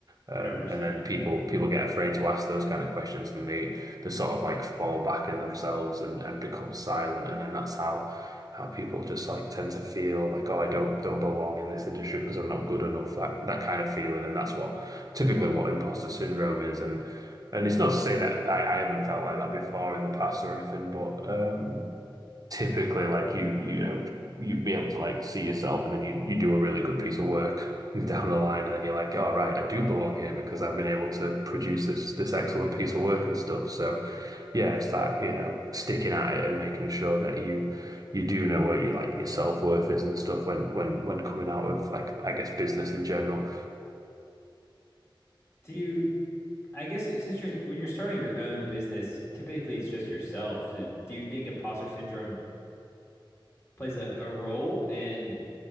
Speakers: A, on the left; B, on the right.
A: 100%.
B: um, and then people people get afraid to ask those kind of questions and they they sort of like fall back in themselves and, and become silent and then that's how how people just like tend to feel like oh I don't don't belong in this industry because I'm not good enough that that kind of feeling and that's what typically what imposter syndrome is and and it's not to say that I, I haven't felt like that before in the past or anything but um typically like you you know you'd be able to like see yourself and then you you do a really good piece of work <laughs> down the line and then you're like all right I do belong here because I've been able to produce this this excellent piece of work and stuff so yeah it's that you know sticking at it and making sure that you you do know where you like your self-worth is and stuff when when when coming out of like I guess business in general
A: Do you, I guess it- since you're when you're starting your own business, typically it's just yourself. So Do you think imposter syndrome plays a, a role in